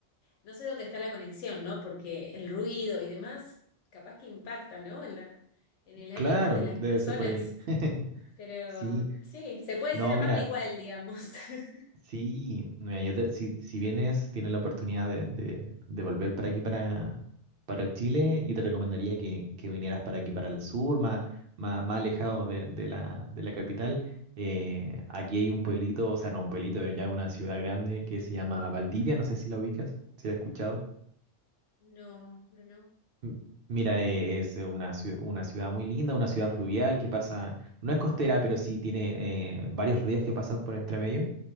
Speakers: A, on the left; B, on the right.
A: no sé dónde está la conexión, ¿no? Porque el ruido y demás, capaz que impacta, ¿no? En la, en el ánimo
B: Claro,
A: de las
B: debe
A: personas.
B: ser por ahí. <laughs>
A: Pero
B: Sí,
A: sí, se puede
B: no,
A: ser amable
B: mira,
A: igual, digamos. <laughs>
B: Sí, mira, yo te- si, si vienes, tienes la oportunidad de, de- de volver para aquí, para, para Chile, yo te recomendaría que, que vinieras para aquí, para el sur, más, más, más alejado de, de la, de la capital. Eh, aquí hay un pueblito, o sea, no un pueblito, eh, ya una ciudad grande que se llama Valdivia, no sé si la ubicas, si la has escuchado.
A: No, no, no.
B: M- Mira, eh, es una ciudad, una ciudad muy linda, una ciudad fluvial que pasa, no es costera, pero sí tiene eh, varios ríos que pasan por entre medio.